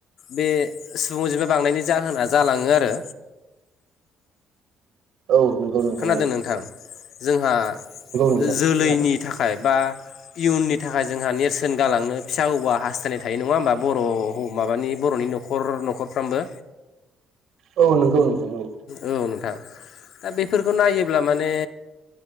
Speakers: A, on the left; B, on the right.
A: बे सुबुंजिमा बांनायनि जाहोना जालाङो आरो।
B: औ नंगौ नोंथांनि
A: खोनादों नोंथां जोंहा
B: नोंथां
A: जोलैनि
B: खोनादों
A: थाखाय थाखाय बा इयुननि थाखाय जोंहा नेरसोन गालांनो फिसा हौवा हास्थायनाय थायो नङा होमबा बर' माबानि बर'नि न'खर न'खरफ्रामबो।
B: औ नंगौ नोंथां औ।
A: औ नोंथां दा बेफोरखौ नायोब्ला माने